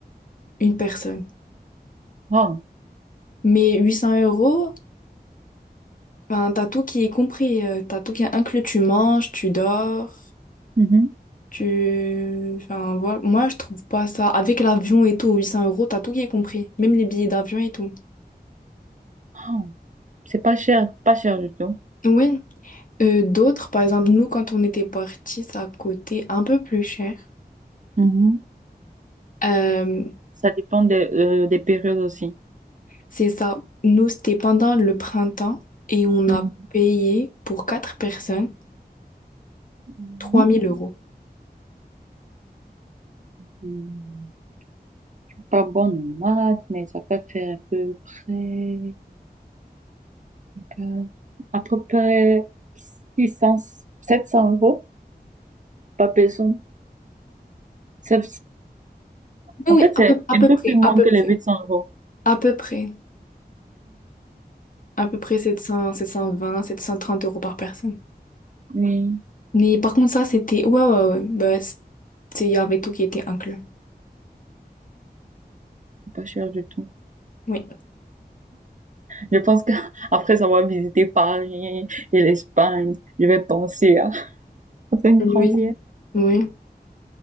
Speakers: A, on the left; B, on the right.
A: une personne.
B: Oh.
A: Mais 800 euros, Enfin, t'as tout qui est compris, euh, t'as tout qui est inclus, tu manges, tu dors,
B: Mhm.
A: tu... Enfin, voilà. Moi, je trouve pas ça. Avec l'avion et tout, 800 euros, t'as tout qui est compris, même les billets d'avion et tout.
B: Oh. C'est pas cher, pas cher du tout.
A: Oui, Euh, d'autres, par exemple, nous, quand on était partis, ça coûtait un peu plus cher.
B: Mhm.
A: Euh,
B: Ça dépend des, euh, des périodes aussi.
A: c'est ça, nous, c'était pendant le printemps et on
B: Mhm.
A: a payé pour quatre personnes
B: Mhm.
A: trois mille euros.
B: Mhm. Je suis Pas bonne en maths, mais ça peut faire à peu près, quatre- à peu près six cents sept cents euros par personne. Ça-
A: Oui,
B: En
A: oui,
B: fait,
A: à
B: c'est
A: peu, à
B: un
A: peu
B: peu
A: près,
B: plus moins
A: à peu
B: que
A: près,
B: les 800 euros.
A: à peu près, à peu près 700, cent trente euros par personne.
B: Oui,
A: Mais par contre, ça, c'était... Ouais, ouais, ouais. Bah, c'est- c'est- il y avait tout qui était inclus.
B: c'est pas cher du tout.
A: Oui.
B: Je pense que <laughs> après avoir visité Paris et l'Espagne, je vais penser à <laughs> faire une
A: Oui,
B: croisière.
A: oui.